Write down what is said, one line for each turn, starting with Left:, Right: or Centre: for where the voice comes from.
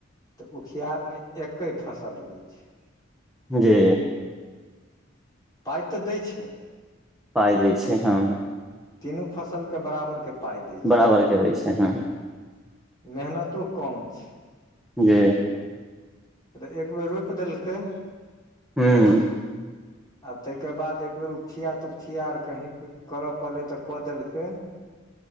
Left: तऽ उखियारमे एके फसल होइ छैय।
Centre: जी
Left: पाइ तऽ दै छैय।
Centre: पाइ दै छैय हँ।
Left: तीनू फसल के बराबर के पाइ दै छैय।
Centre: बराबरके दै छै हँ
Left: मेहनतो कम छैय।
Centre: जी
Left: तऽ एक बेर रोपि देलकै
Centre: हूँ
Left: आ तइके बाद एक बेर उपछिया तुपछिया आर कहीँ करय पड़लै तऽ कऽ देलकै